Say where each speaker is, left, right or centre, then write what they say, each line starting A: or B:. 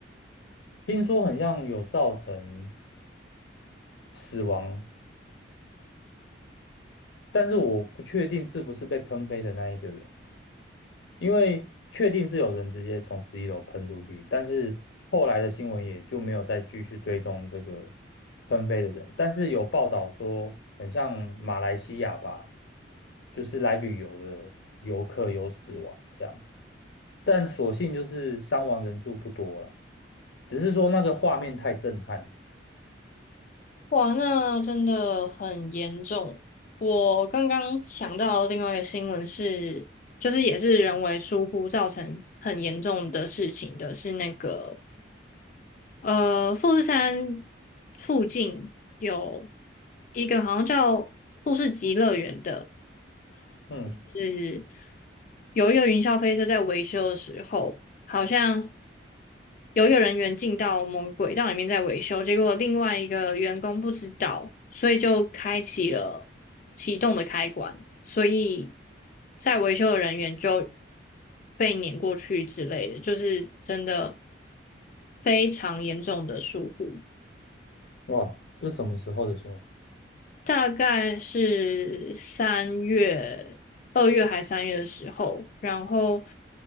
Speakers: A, on the left (about 70°); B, on the left (about 45°).
A: 听说很像有造成死亡，但是我不确定是不是被喷飞的那一个人，因为确定是有人直接从十一楼喷出去，但是后来的新闻也就没有再继续追踪这个喷飞的人，但是有报道说很像马来西亚吧，就是来旅游的游客有死亡这样，但所幸就是伤亡人数不多了，只是说那个画面太震撼。
B: 哇，那真的很严重。我刚刚想到另外一个新闻是，就是也是人为疏忽造成很严重的事情的，是那个呃富士山附近有一个好像叫富士急乐园的。
A: 嗯，
B: 是有一个云霄飞车在维修的时候，好像有一个人员进到某个轨道里面在维修，结果另外一个员工不知道，所以就开启了启动的开关，所以在维修的人员就被碾过去之类的，就是真的非常严重的疏忽。
A: 哇，这什么时候的新闻？
B: 大概是三月、二月还三月的时候，然后